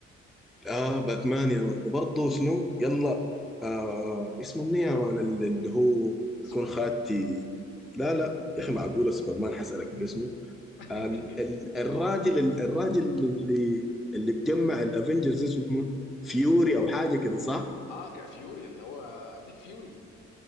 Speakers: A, in the centre; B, on the left.
A: اه باتمان يا مان وبرضه شنو يلا آه اسمه مني يا مان اللي اللي هو
B: سوبرمان
A: بيكون خاتي لا لا يا اخي معقوله سوبرمان حسألك من اسمه
B: <laughs>
A: آه ال- ال- الراجل ال- الراجل اللي اللي بجمع الافنجرز اسمه فيوري
B: ال...
A: او حاجه كده صح؟
B: اه كا فيوري اللي هو نيك فيوري